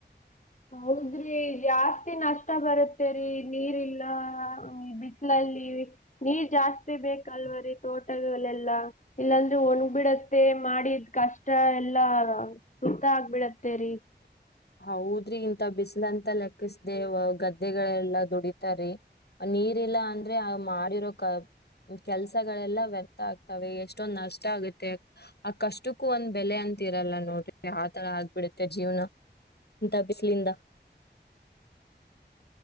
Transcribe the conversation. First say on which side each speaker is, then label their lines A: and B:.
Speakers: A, on the left; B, on the left.
A: ಹೌದ್ರಿ ಜಾಸ್ತಿ ನಷ್ಟ ಬರುತ್ತೇರಿ ನೀರ್ಲ್ಲ ಬಿಸಿಲಲ್ಲಿ ನೀರ್ ಜಾಸ್ತಿ ಬೇಕಲ್ವ ರೀ ತೋಟಗಳಲ್ಲೆಲ್ಲಾ ಇಲ್ಲಾಂದ್ರೆ ಒಣಬಿಡತ್ತೆ ಮಾಡಿದ್ ಕಷ್ಟ ಎಲ್ಲಾ ಸುತ ಆಗ್ಬಿಡತ್ತೇರಿ
B: ಹೌದ್ರಿ ಇಂತ ಬಿಸಿಲು ಅಂತ ಲೆಕ್ಕಿಸ್ದೇವ್ ಗದ್ದೆಗಳೆಲ್ಲಾ ದುಡಿತಾರಿ ನೀರಿಲ್ಲ ಅಂದ್ರೆ ಆ ಮಿರೋ ಕ ಕೆಲ್ಸಗಳೆಲ್ಲ ವ್ಯರ್ಥ ಆಗ್ತವೆ ಎಷ್ಟೊಂದ್ ನಷ್ಟ ಆಗುತ್ತೆ ಆ ಕಷ್ಟಕ್ಕೂ ಒಂದ್ ಬೆಲೆ ಅಂತಿರಲ್ಲ ನೋಡ್ರಿ ಆತರ ಆಗ್ಬಿಡತ್ತೆ ಜೀವನ ದಬಿಸಿಲಿಂದ